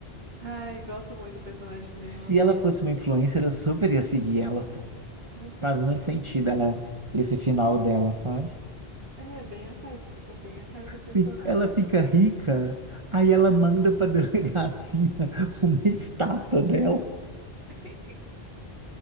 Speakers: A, on the right (about 65°); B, on the right (about 30°).
A: Ai, gosto muito do personagem dela,
B: Se
A: nossa.
B: ela fosse uma influencer, eu super ia seguir ela, pô.
A: Com certeza.
B: Faz muito sentido ela, esse final dela, sabe?
A: É, bem a cara, ficou bem a cara do personagem.
B: Sim, ela fica rica, aí ela manda pra <laughs> delegacia uma estátua dela,
A: <laughs>